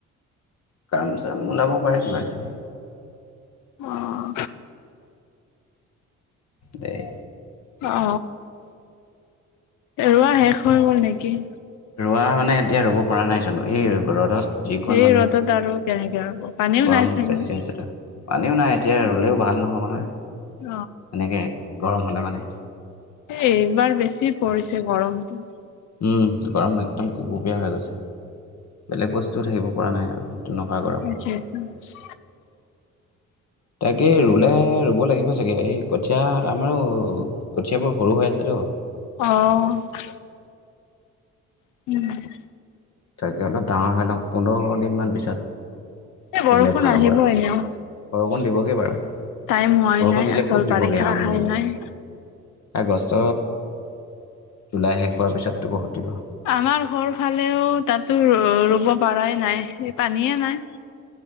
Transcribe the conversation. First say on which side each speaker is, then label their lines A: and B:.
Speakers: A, on the left (about 60°); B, on the left (about 90°).
A: কাম-চাম ওলাব পাৰে কিবা কিবি।
B: অহ।
A: দেই
B: অ ৰোৱা শেষ হৈ গ'ল নেকি?
A: ৰুৱা মানে এতিয়া ৰুব পৰা নাই চোন, এই ৰ'দত। যিকণ
B: এই
A: মানে,
B: ৰ'দত আৰু কেনেকে হ'ব পানীও
A: গৰম
B: নাই চাগে
A: বেছি হৈছেতো। পানীও নাই এতিয়া ৰুলেও ভাল নহ'ব নহয়,
B: অ
A: এনেকে গৰম হ'লে মানে
B: এই এইবাৰ বেছি পৰিছে গৰমটো।
A: উম গৰম একদম গুৱ গুপিয়া হৈ গৈছে, বেলেগ বস্তুও থাকিব পৰা নাই আৰু। নহয় বাৰু।
B: তাকেইতো <unintelligible>
A: তাকে ৰুলে ৰুব লাগিব চাগে, এই কঠীয়া আমাৰো কঠিয়াবোৰ সৰু হৈ আছেটো।
B: অ। <unintelligible>
A: তাকে অলপ ডাঙৰ হয় লওক, পোন্ধৰ দিনমান পিছত,
B: এ বৰষুণ
A: ৰুলে ভাল
B: আহিব
A: হ'ব আৰু।
B: এনেও
A: বৰষুণ দিবগে বাৰু।
B: টাইম হোৱাই
A: বৰষুণ
B: নাই,
A: দিলে
B: আচল
A: খুব দিবগে
B: বাৰিষা
A: আৰু
B: আহাই নাই।
A: আগষ্ট, জুলাই শেষ হোৱাৰ পিছত <unintelligible>
B: আমাৰ ঘৰ ফালেও তাতো ৰু'ব পৰাই নাই, সেই পানীয়ে নাই।